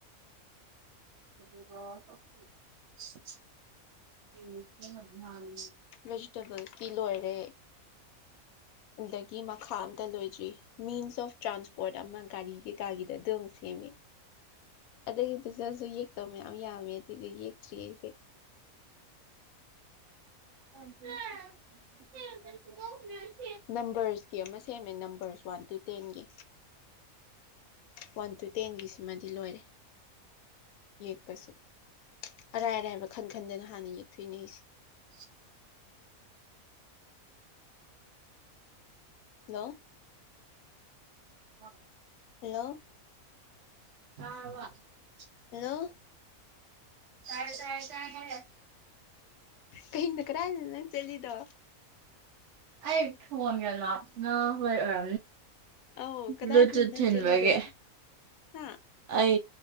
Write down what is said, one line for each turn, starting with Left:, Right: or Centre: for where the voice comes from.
Right: <inaudible>
Left: ꯚꯦꯖꯤꯇꯦꯕꯜꯁꯇꯤ ꯂꯣꯏꯔꯦ ꯑꯗꯒꯤ ꯃꯈꯥ ꯑꯝꯇ ꯂꯣꯏꯗ꯭ꯔꯤ ꯃꯤꯟꯁ ꯑꯣꯐ ꯇ꯭ꯔꯥꯟꯁꯄꯣꯔꯠ ꯑꯃ ꯒꯥꯔꯤ ꯀꯩꯀꯥꯒꯤꯗ ꯑꯗꯨꯝ ꯁꯦꯝꯃꯦ ꯑꯗꯒꯤꯗꯨꯗꯁꯨ ꯌꯦꯛꯇꯧ ꯃꯌꯥꯝ ꯌꯥꯝꯃꯦ ꯑꯗꯨꯏꯗꯤ ꯌꯦꯛꯇ꯭ꯔꯤꯌꯦ ꯑꯩꯁꯦ
Right: <inaudible> <inaudible>
Left: ꯅꯝꯕꯔꯁꯀꯤ ꯑꯃ ꯁꯦꯝꯃꯦ ꯅꯝꯕꯔꯁ ꯋꯥꯟ ꯇꯨ ꯇꯦꯟꯒꯤ ꯋꯥꯟ ꯇꯨ ꯇꯦꯟꯒꯤꯁꯤꯃꯗꯤ ꯂꯣꯏꯔꯦ ꯌꯦꯛꯄꯁꯨ ꯑꯔꯥꯏ ꯑꯔꯥꯏꯕ ꯈꯟ ꯈꯟꯗꯅ ꯍꯥꯟꯅ ꯌꯦꯛꯊꯣꯛꯅꯦꯩꯁꯦ
Right: <inaudible>
Left: ꯍꯜꯂꯣ
Right: ꯎꯝ
Left: ꯍꯜꯂꯣ
Right: <unintelligible>
Left: ꯍꯜꯂꯣ
Right: ꯇꯥꯔꯦ ꯇꯥꯔꯦ ꯇꯥꯏꯌꯦ
Left: ꯀꯤꯡꯗ ꯀꯗꯥꯥꯏꯗ ꯅꯪ ꯆꯠꯂꯤꯗꯣ
Right: ꯑꯩ ꯐꯣꯟ ꯀꯂ ꯑ ꯍ
Left: ꯑꯧ ꯀꯗꯥꯏꯗꯅꯣ
Right: ꯕ꯭ꯂꯨꯇꯨꯠ
Left: ꯅꯪ
Right: ꯊꯤꯟꯕꯒꯤ
Left: ꯆꯠꯂꯤꯗꯣ ꯍꯥ
Right: ꯑꯩ